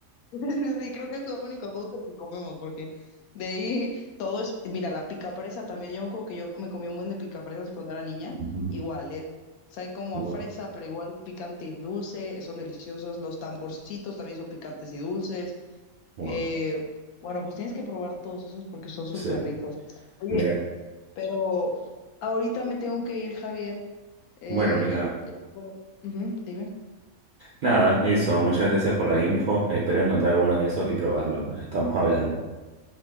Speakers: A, on the left; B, on the right.
A: Sí, sí, sí, creo que es lo único dulce que comemos, porque de ahí todo es, mira, la picafresa también, yo como que yo me comí un buen de picafresas cuando era niña,
B: Ujú,
A: igual, es, sabe como
B: Wow,
A: a fresa, pero igual picante y dulce, son deliciosos, los tamborcitos también son picantes y dulces,
B: wow.
A: eh, bueno, pues tienes que probar todos esos porque son súper
B: Sí.
A: ricos. Oye,
B: Mira.
A: pero ahorita me tengo que ir, Javier, eh,
B: Bueno, amiga.
A: bueno, ujú, dime,
B: Nada, eso. Muchas gracias por la info. Espero encontrar alguno de esos y probarlo. Nos estamos hablando.